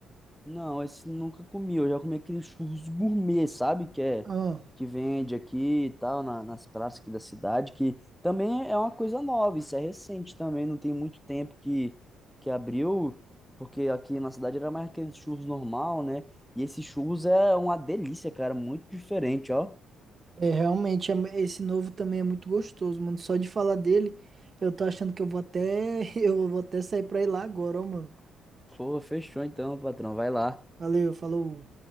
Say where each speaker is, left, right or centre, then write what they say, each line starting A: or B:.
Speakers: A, in the centre; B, on the right (about 40°).
A: Não, esse nunca comi, eu já comi aqueles churros gourmet, sabe, que é,
B: Ah,
A: que vende aqui e tal, na- nas praças aqui da cidade, que também é uma coisa nova, isso é recente também, não tem muito tempo que, que abriu, porque aqui na cidade era mais aqueles churros normal, né, e esses churros é uma delícia, cara, muito diferente, ó.
B: é realmente é mu- esse novo também é muito gostoso, mano. Só de falar dele, eu tô achando que eu vou até <laughs> eu vou até sair pra ir lá agora, ó, mano.
A: Pô, fechou então, patrão, vai lá.
B: Valeu, falou.